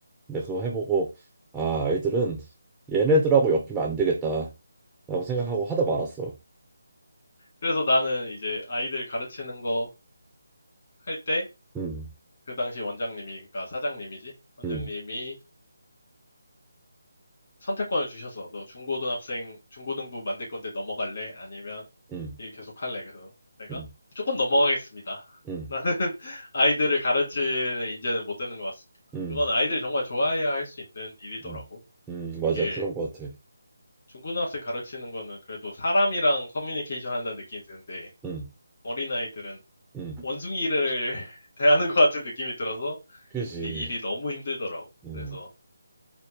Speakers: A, in the centre; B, on the left (about 45°).
A: 근데 그거 해보고 아 아이들은 얘네들하고 엮이면 안 되겠다라고 생각하고 하다 말았어.
B: 그래서 나는 이제 아이들 가르치는 거 할 때
A: 음,
B: 그 당시 원장님이 그러니까 사장님이지 원장님이
A: 음,
B: 선택권을 주셔서 너 중고등학생 중고등부 만들 건데 넘어갈래? 아니면
A: 음,
B: 일 계속 할래? 그래서 내가
A: 음,
B: 무조건 넘어가겠습니다.
A: 음,
B: <laughs> 나는 아이들을 가르치는 인재는 못 되는 것 같습니다.
A: 음,
B: 그건 아이들 정말 좋아해야 할 수 있는 일이더라고.
A: 음, 음, 맞아
B: 이게
A: 그런 것 같아.
B: 중고등학생 가르치는 거는 그래도 사람이랑 커뮤니케이션 한다는 느낌이 드는데
A: 음,
B: 어린아이들은
A: 음,
B: 원숭이를 <laughs> 대하는 것 같은 느낌이 들어서
A: 그지.
B: 이 일이 너무 힘들더라고.
A: 음,
B: 그래서